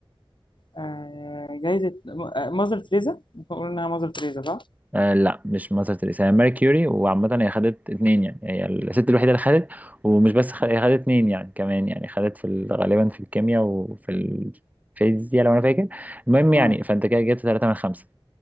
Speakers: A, on the left; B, on the right.
A: آه. جايزه م- آه، ماذر تريزا ممكن نقول انها ماذر تريزا صح
B: آه، لا مش ماذر تريسا هي ماري كيوري وعامة هي خدت اتنين يعني هي الست الوحيدة اللي خدت ومش بس خ... هي خدت اتنين يعني كمان يعني خدت في ال... غالبا في الكيمياء وفي الفيزياء لو انا فاكر المهم
A: مم.
B: يعني فانت كده جبت ثلاثة من خمسة